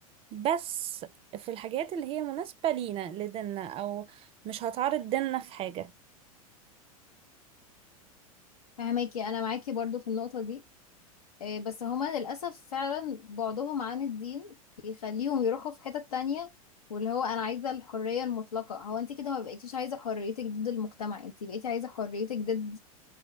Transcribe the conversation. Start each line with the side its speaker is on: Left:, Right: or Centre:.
Right: بس في الحاجات اللي هي مناسبة لينا لديننا أو مش هتعرض ديننا في حاجة
Left: <laughs> فهماكي أنا معاكي برضو في النقطة دي إيه، بس هما للأسف فعلا بعدهم عن الدين بيخليهم يروحوا في حتة تانية واللي هو أنا عايزة الحرية المطلقة هو أنت كده ما بقيتيش عايزة حريتك ضد المجتمع أنت بقيتي عايزة حريتك ضد